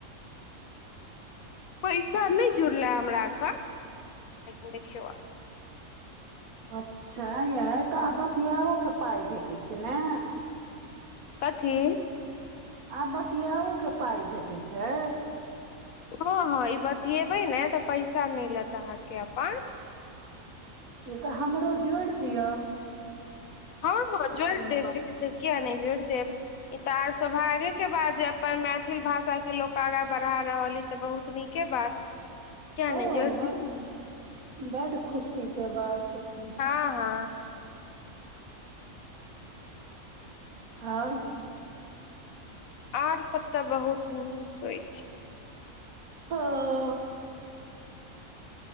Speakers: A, on the left; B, on the right.
A: पैसा नहि जुड़ल हमरा एखन, लेकिन देखियौ आब।
B: अच्छा यै तऽ आ बतियाओ, के पैसा भेटै छै नै?
A: कथी
B: आब बतियाओ, के पाइ भेटैत छै?
A: हाँ हाँ, ई बतियेबे ने तऽ पैसा मिलत अहाँके अपन।
B: ऐ तऽ हमरो जोड़ि दियअ।
A: हँ हँ, जोड़ि देब, जोड़ि देब, किया नहि जोड़ि देब। इ तऽ आर सौभाग्यक बात के, जे अपन मैथिल भाषा के लोक आगाँ बढ़ा रहल अए। तऽ बहुत नीके बात। किया
B: ह
A: नहि जोड़ि
B: ब
A: देब
B: बड़ खुशी के बात
A: हाँ हाँ
B: और
A: आर सभी तऽ बहुत नीक आए
B: हँ